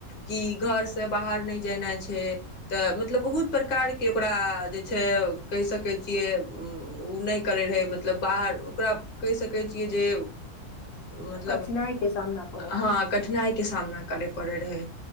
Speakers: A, on the left; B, on the left.
A: कि घर से बाहर नहि जेनाइ छै तऽ मतलब बहुत प्रकारके ओकरा जे छै कहि सकैत छियै ओ नहि करैत रहै मतलब बाहर ओकरा कहि सकै छियै जे मतलब
B: कठिनाइ के सामना करऽ
A: ह
B: पड़ै छै
A: कठिनाइ के सामना करै पड़ै रहै